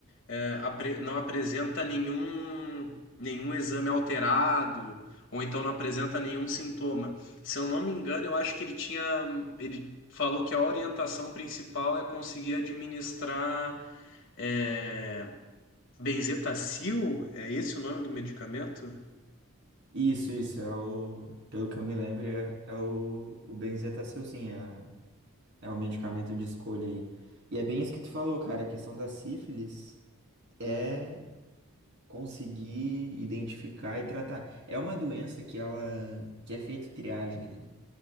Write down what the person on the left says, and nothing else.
é, apre- não apresenta nenhum, nenhum exame alterado, ou então não apresenta nenhum sintoma. Se eu não me engano, eu acho que ele tinha, ele falou que a orientação principal é conseguir administrar é, Benzetacil, é esse o nome do medicamento?